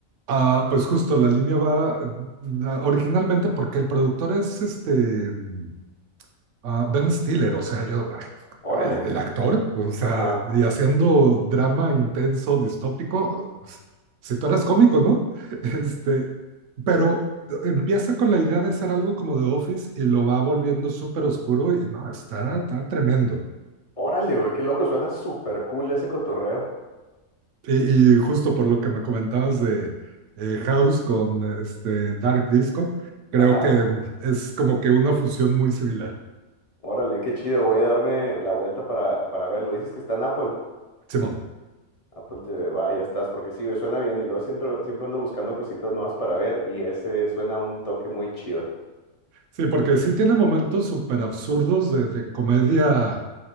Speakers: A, on the right; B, on the left.
A: Ah, pues justo la línea va ah, originalmente porque el productor es este mm, ah, Ben Stiller, o sea, yo,
B: Órale.
A: el, el actor, o sea,
B: Ajá.
A: y haciendo drama intenso, distópico, pues, si tú eras cómico, ¿no? <laughs> Este, pero empieza con la idea de hacer algo como The Office y lo va volviendo súper oscuro y no, está, está tremendo.
B: Órale, güey, qué loco. Suena súper cool ese cotorreo.
A: Y, y justo por lo que me comentabas de eh, House con este Dark Disco, creo
B: Ajá.
A: que es como que una fusión muy similar.
B: Órale, qué chido. Voy a darme la vuelta para, para verlo. Dices que está en Apple.
A: Simón.
B: Apple TV, va, ya estás, porque sí, güey, suena bien. Y luego siempre, siempre ando buscando cositas nuevas para ver. Y ese suena un toque muy chido.
A: Sí, porque sí tiene momentos súper absurdos de, de comedia.